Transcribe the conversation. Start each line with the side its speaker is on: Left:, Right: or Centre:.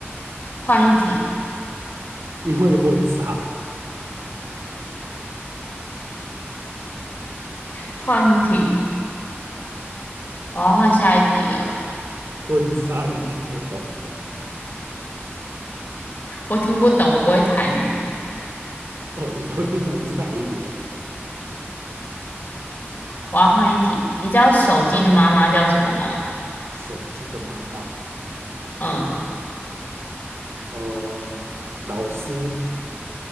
Left: 换一题，
Right: 因为婚纱，
Left: 换一题，我要换下一题了。
Right: <laughs> 婚纱你听得懂吗？
Left: 我听不懂，我不会台语，
Right: 哦，你都听懂是台语了，
Left: 我要换一题。你知道手机的妈妈叫什么吗？
Right: 手机的妈妈，
Left: 嗯，
Right: 呃，老师，